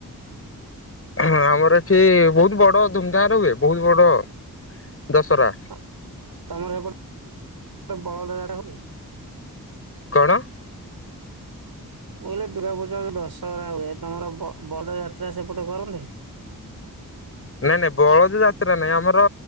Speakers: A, on the left (about 40°); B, on the right (about 85°).
A: ହଁ, ଆମର ଏଠି ବହୁତ ବଡ ଧୁମଧାମ ରେ ହୁଏ, ବହୁତ ବଡ ଦଶହରା
B: <unintelligible>
A: କଣ?
B: ମୁଁ କହିଲି ଦୂର୍ଗା ପୂଜା ଦଶହରା ହୁଏ, ତମର ବ ବଡ ଯାତ୍ରା ସେପଟେ କରନ୍ତି?
A: ନାଇଁ ନାଇଁ ବଳଦ ଯାତ୍ରା ନାଇଁ, ଆମର